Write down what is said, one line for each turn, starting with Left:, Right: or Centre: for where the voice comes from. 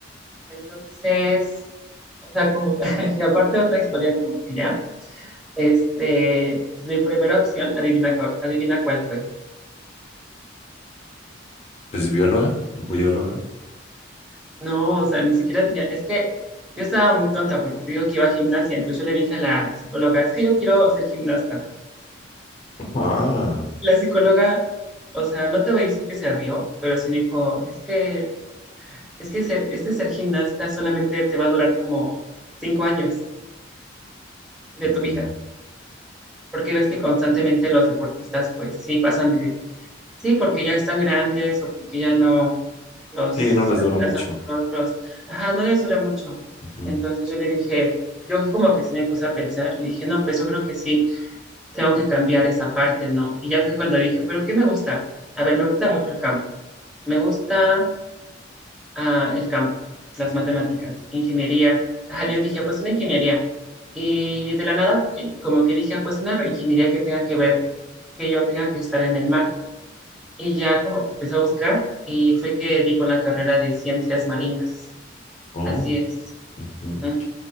Centre: Entonces, o sea, como, <laughs> y aparte otra historia como que ya. Este, mi primera opción, adivina, cu- adivina cuál fue.
Left: Pues bióloga, bióloga.
Centre: No, o sea, ni siquiera tenía, es que yo estaba muy tonta porque te digo que iba a gimnasia, entonces yo le dije a la psicóloga, es que yo quiero ser gimnasta.
Left: Ah,
Centre: La psicóloga, o sea, no te voy a decir que se rió, pero sí dijo, es que, es que ser, este ser gimnasta solamente te va a durar como cinco años de
Left: mm,
Centre: tu vida, porque ves que constantemente los deportistas, pues sí, pasan de, sí, porque ya están grandes o porque ya no los
Left: sí, no les
Centre: reemplazan
Left: dura mucho.
Centre: por otros. Ajá, no les dura mucho.
Left: Ujú.
Centre: Entonces yo le dije, yo como que sí me puse a pensar y dije, no, pues yo creo que sí, tengo que cambiar esa parte, ¿no? Y ya fue cuando dije, pero ¿qué me gusta? A ver, me gusta mucho el campo. Me gusta ah, el campo, las matemáticas, ingeniería. Ajá, yo dije, pues una ingeniería. Y de la nada, eh, como que dije, ah, pues una ingeniería que tenga que ver, que yo tenga que estar en el mar. Y ya como que empecé a buscar y fue que di con la carrera de ciencias marinas.
Left: Oh,
Centre: Así es.
Left: ujú.
Centre: Ajá.